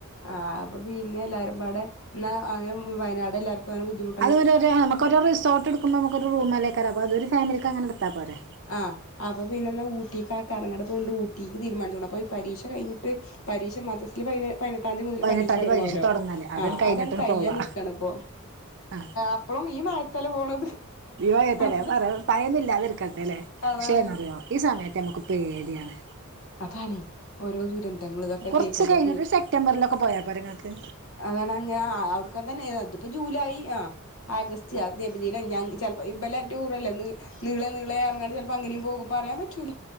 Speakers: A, on the left; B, on the right.
A: ആഹ് അപ്പൊ പിന്നെ എല്ലാരും പടെ ഇന്നാ അങ്ങനെ. വയനാട് എലാർക്കും അങ്ങനെ ബുധിമു.
B: അത്ഓരോ ഒരൊ നമക്കൊരു റിസോട്ട് എടുക്ക്പോ നമുക്കൊരൊ റൂമല്ലേക്കറ അത് ഒരു ഫാമിലിക്ക് അങ്ങെനെ എടുത്താ പോരെ.
A: ആഹ് അപ്പ പിന്നെന്താ ഊട്ടിക്ക് ആക്കാ അങ്ങനെപ്പണ്ട് ഊട്ടിക്ക് തീരുമാനിച്ചോണം അപ്പ. പരീക്ഷ കഴിഞ്ഞിട്ട് പരീക്ഷ മത്രസില് പ പതിനെട്ടാംതീ മുതൽ
B: പതിനെട്ടാംതി
A: പരീക്ഷ തൊടങ്ങല്ലോ.
B: തുടങ്ങാല്ലേ അതും
A: ആഹ
B: കഴിഞ്ഞിട്ടാണ്
A: അതാണ് കയ്യാൻ
B: പോവാ
A: നിക്കാണ് ഇപ്പൊ
B: ആ
A: അപ്പോഴും ഈ മഴത്താല പോണത്
B: ഈ മയത്തല്ലേ
A: അതാണ്
B: പറ ഭയന്നില്ല അതക്കട്ട അല്ലെ
A: അതാണ്
B: പക്ഷേ എന്ന്റിയോ ഈ സമയത്ത് നമുക്ക് പേടിയാണ്
A: അതാണ് ഓരോ ദുരന്തങ്ങള് ഇതൊക്കെ
B: കൊറച്ച്
A: കേൾക്കുമ്പോ
B: കഴിഞ്ഞിട്ട് സെപ്റ്റംബറിലൊക്കെ പോയാ പോരേ ഇങ്ങക്ക്
A: അതാണ്‌ ഞാ അവിടുക്കാ തന്നെ അതിപ്പോ ജൂലായി ആ ആഗസ്റ്റ് ആ നബിദിനം ഞാൻ ചിലപ്പോ ഇബല ടൂറല്ലേ നീ നിളെ നിളെ പറങ്ങാണ്ട് ചിലപ്പോ അങ്ങെനെ പോകും പറയാൻ പറ്റൂല